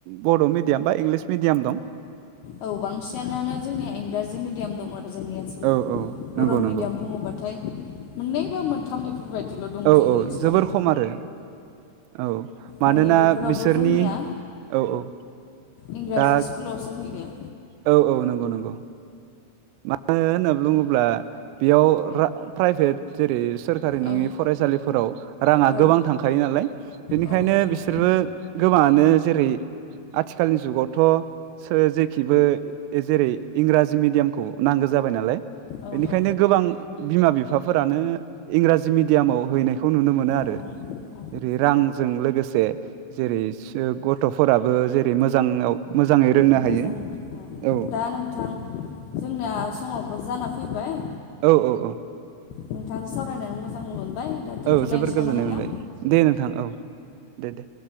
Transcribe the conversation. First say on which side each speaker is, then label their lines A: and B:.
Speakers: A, on the right; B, on the left.
A: बड' मिडियाम बा इंलिस मिडियाम दं।
B: औ बांसिनानो जोंनिया इंराजि मिडियाम दं आ जोंनि ओनसोलाव।
A: औ औ
B: बर'
A: नंगौ नंगौ
B: मिडियाम बुङोबाथाय मोननै बा मोनथाम बेफोरबायदिल' दङ
A: औ
B: जोंनि
A: औ
B: ओनसोलाव
A: जोबोर खम आरो औ मानोना
B: माने बेफोरावबो
A: बिसोरनि
B: जोंनिया
A: औ औ
B: इंराजि
A: दा
B: स्कुलावसो होयो।
A: औ औ नंगौ नंगौ। मानो होनना बुङोब्ला बेयाव प्राइभेट जेरै सोरखारि नङि
B: औ
A: फरायसालिफोराव राङा
B: औ
A: गोबां थांखायो नालाय बिनिखायनो
B: औ थांखायो
A: बिसोरबो गोबाङानो जेरै आथिखालनि जुगावथ' जेखिबो जेरै इंराजि मिडियाम खौ नांगौ जाबाय नालाय,
B: औ
A: बेनिखायनो
B: औ
A: गोबां बिमा बिफाफोरानो इंराजि मिडियामाव हैनायखौ नुनो मोनो आरो।
B: औ
A: जेरै रांजों लोगोसे जेरै गथ'फोराबो जेरै मोजाङाव मोजाङै रोंनो
B: मोजां
A: हायो।
B: औ
A: औ
B: दा नोंथां जोंनाया समावबो जाना फैबाय,
A: औ औ औ।
B: नोंथां सावरायनानै मोजां मोनबाय दा दोन्थ'लायनोसै
A: औ जोबोर गोजोननाय
B: नामा नोंथां?
A: मोनबाय दे नोंथां औ दे दे।